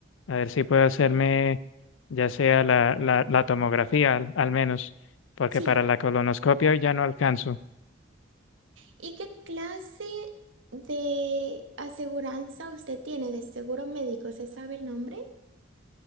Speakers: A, on the left; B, on the right.
A: a ver si puedo hacerme ya sea la, la, la tomografía al, al menos, porque
B: Sí.
A: para la colonoscopia hoy ya no alcanzo.
B: ¿Y qué clase de aseguranza usted tiene de seguro médico? ¿Se sabe el nombre?